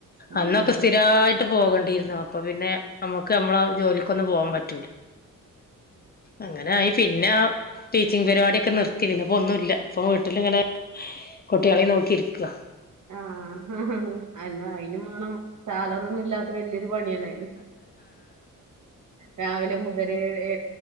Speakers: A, on the right (about 60°); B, on the left (about 30°).
A: ആഹ്
B: അന്നൊക്കെ സ്ഥിരായിട്ട് പോകേണ്ടിരുന്നു അപ് അപ്പൊ പിന്നെ നമ്മക്ക് നമ്മളെ ജോലിക്കൊന്നും പോവാൻ പറ്റൂല അങ്ങനെ ആയി പിന്നാ തി ച്ചിങ് പരിപാടിയൊക്കെ നിർത്തി, പിന്നെ ഇപ്പൊ ഒന്നൂല്ല ഇപ്പൊ വീട്ടിലിങ്ങനെ കുട്ടികളേം നോക്കിയിരിക്കുവാ.
A: ആഹ് അല്ല അയിന് വേണം സാലറി ഒന്നും ഇല്ലാത്ത വെല്യ <unintelligible> പണിയാണ് രാവിലെ മുതല് ഏ